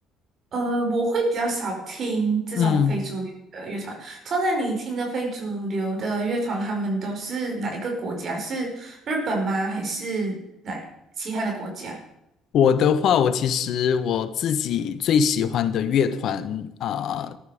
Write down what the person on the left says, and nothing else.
嗯。
我的话，我其实我自己最喜欢的乐团啊、